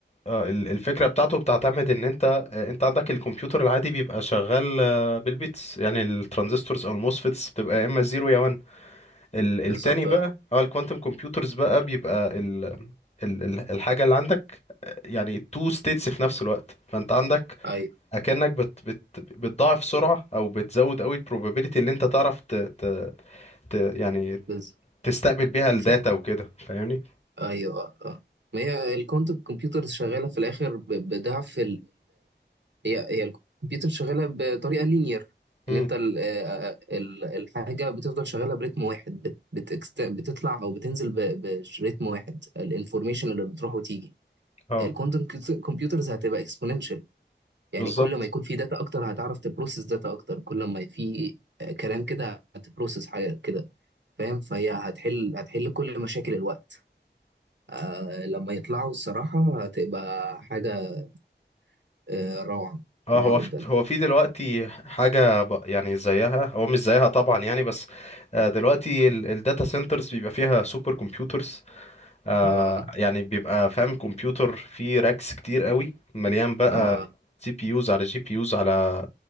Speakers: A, on the left; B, on the right.
A: اه ال- الفكرة بتاعته بتعتمد ان انت آه، انت عندك الكمبيوتر العادي بيبقى شغال آه، بالبيتس يعني الترانزستورز او الموسفيتس بتبقى يا اما زيرو يا 1 ال- التاني
B: بالظبط
A: بقى
B: اه
A: اه الكوانتم كمبيوترز بقى بيبقى ال ال- ال- الحاجة اللي عندك يعني تو ستيتس في نفس الوقت فانت عندك
B: ايوه
A: اكنك بت بت بتضاعف سرعة او بتزود قوي البروبابيلتي اللي انت تعرف ت ت ت يعني
B: بالظبط
A: تستقبل بيها الداتا
B: ف-
A: وكده فاهمني
B: ايوه اه آه. ما هي الكوانتم كمبيوترز شغاله في الاخر ب- بضعف هي هي الكمبيوتر شغاله بطريقه لينير
A: امم
B: ان انت ال- آه، ال- الحاجه بتفضل شغاله برتم واحد بت بتكست بتطلع او بتنزل ب- برتم واحد الانفورميشن اللي بتروح وتيجي
A: اه
B: الكوانتم كمبيوترز هتبقى اكسبوننشال يعني
A: بالظبط
B: كل ما يكون في داتا اكتر هتعرف تبروسس داتا اكتر كل ما في آه، كلام كده هتبروسس حاجه كده فاهم فهي هتحل هتحل كل مشاكل الوقت آه، لما يطلعوا الصراحه هتبقى حاجه آه، روعه
A: اه
B: روعه
A: هو في
B: جدا
A: هو في دلوقتي حاجة ب- يعني زيها هو مش زيها طبعا يعني بس آه، دلوقتي الداتا سنترز بيبقى فيها سوبر كمبيوترز آه،
B: اه
A: يعني بيبقى فاهم كمبيوتر فيه راكس كتير قوي مليان بقى
B: اه
A: سي بي يوز على جي بي يوز على